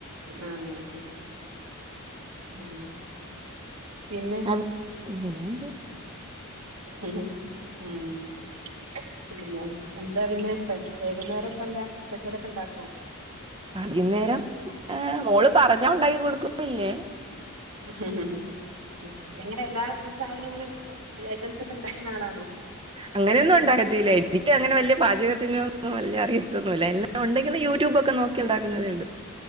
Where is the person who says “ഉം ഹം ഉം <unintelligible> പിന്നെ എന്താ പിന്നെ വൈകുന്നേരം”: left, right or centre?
Right